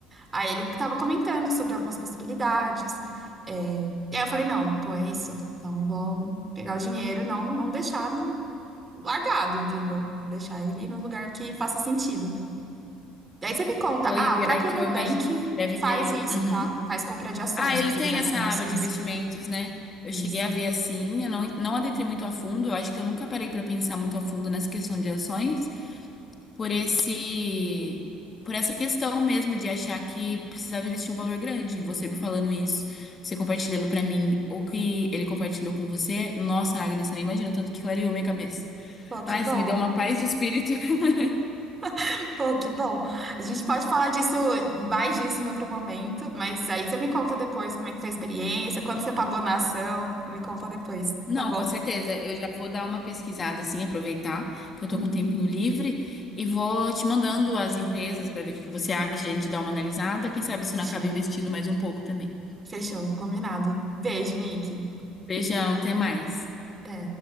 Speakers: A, on the right; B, on the left.
A: Aí ele estava comentando sobre algumas possibilidades. é, E aí eu falei, não, pô, é isso. Então eu vou pegar o dinheiro, não, não deixar no... largado, entendeu? Deixar ele num lugar que faça sentido. Daí você me conta,
B: Pô,
A: ah,
B: e o pior
A: o próprio
B: é que
A: Nubank
B: eu imagino que deve
A: faz
B: ter.
A: isso,
B: Uhum.
A: tá? Faz compra de ação,
B: Ah,
A: se
B: ele
A: você
B: tem
A: quiser
B: essa
A: comprar
B: aba
A: ações.
B: de investimentos, né? Eu
A: Isso.
B: cheguei a ver assim, eu não, não adentrei muito a fundo, eu acho que eu nunca parei para pensar muito a fundo nessa questão de ações. por esse por essa questão mesmo de achar que precisava investir um valor grande. Você me falando isso, você compartilhando pra mim o que ele compartilhou com você. Nossa, Agnes, você nem imagina o tanto que clareou minha cabeça.
A: Pô, que
B: Ai,
A: bom.
B: você me deu uma paz de espírito. <laughs>
A: <laughs> Pô, que bom. A gente pode falar disso, mais disso em outro momento, mas aí você me conta depois como é que foi a experiência, quanto você pagou na ação, me conta depois,
B: Não,
A: tá bom?
B: com certeza. Eu já vou dar uma pesquisada, assim, aproveitar que eu tô
A: Uhum.
B: com um tempinho livre e vou te mandando as empresas pra ver o que que você acha, a gente dá uma analisada. Quem sabe se
A: Fechou.
B: não acaba investindo mais um pouco também.
A: Fechou, combinado. Beijo, Nick.
B: Beijão, até mais.
A: Até.